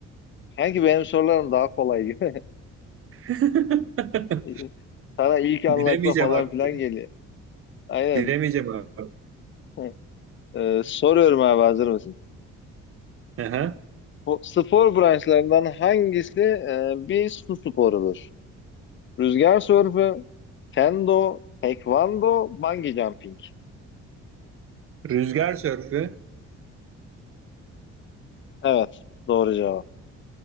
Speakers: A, on the left (about 40°); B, on the right (about 45°).
A: Sanki benim sorularım daha kolay gibi.
B: <laughs>
A: <laughs> Sana ilk anlaşma
B: Bilemeyeceğim
A: falan
B: artık.
A: filan geliyor. Aynen.
B: Bilemeyeceğim artık.
A: <laughs> Ee, soruyorum abi hazır mısın?
B: Aha.
A: Bu Spor branşlarından hangisi e, bir su sporudur? Rüzgar sörfü, kendo, tekvando, bungee jumping.
B: Rüzgar sörfü.
A: Evet, doğru cevap.